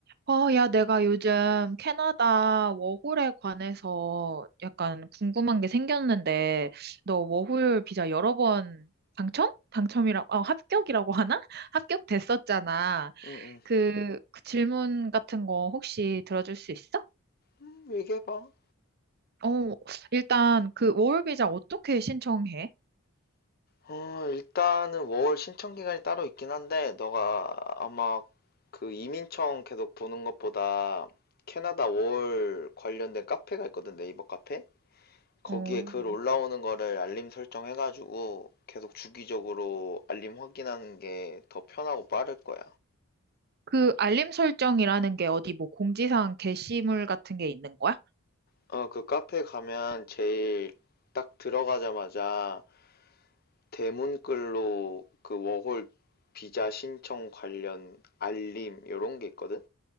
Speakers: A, on the right; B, on the left.
A: 어, 야, 내가 요즘 캐나다 워홀에 관해서 약간 궁금한 게 생겼는데, 너 워홀 비자 여러 번 당첨? 당첨이라고, 어, 합격이라고 하나? <laughs> 합격됐었잖아.
B: 응, 응.
A: 그, 그 질문 같은 거 혹시 들어줄 수 있어?
B: 음, 얘기해봐.
A: 어, 일단 그 워홀 비자 어떻게 신청해?
B: 어, 일단은 월 신청 기간이 따로 있긴 한데, 너가 아마 그 이민청 계속 보는 것보다 캐나다 월 관련된 카페가 있거든, 네이버 카페? 거기에
A: 어,
B: 글 올라오는 거를 알림 설정해가지고 계속 주기적으로 알림 확인하는 게 더 편하고 빠를 거야.
A: 그 알림 설정이라는 게 어디 뭐 공지사항 게시물 같은 게 있는 거야?
B: 어, 그 카페 가면 제일 딱 들어가자마자 대문글로 그 워홀 비자 신청 관련 알림 요런 게 있거든.